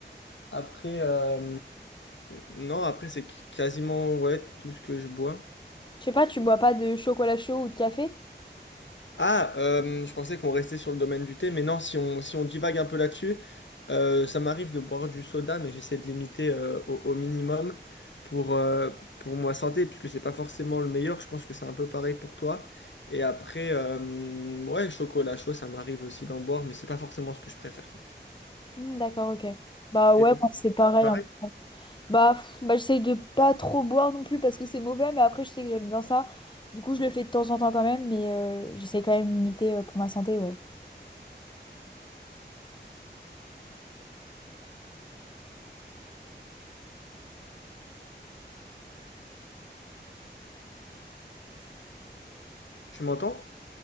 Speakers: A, on the left (about 80°); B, on the left (about 25°).
A: Après, euh, non, après c'est qui- quasiment ouais, tout ce que je bois.
B: Je sais pas, tu bois pas de chocolat chaud ou de café?
A: Ah, euh, je pensais qu'on restait sur le domaine du thé, mais non, si on, si on divague un peu là-dessus, euh, ça m'arrive de boire du soda, mais j'essaie de limiter euh, au, au minimum pour, euh, pour ma santé, puisque c'est pas forcément le meilleur. Je pense que c'est un peu pareil pour toi. Et après, euh, ouais, chocolat chaud, ça m'arrive aussi d'en boire, mais c'est pas forcément ce que je préfère.
B: Hmm, d'accord, ok. Bah
A: Et
B: ouais,
A: toi,
B: moi, c'est pareil.
A: pareil,
B: en fait. Bah, pff, bah j'essaye de pas trop boire non plus parce que c'est mauvais, mais après je sais que j'aime bien ça. Du coup, je le fais de temps en temps quand même, mais euh, j'essaie quand même de limiter euh, pour ma santé, ouais.
A: tu m'entends?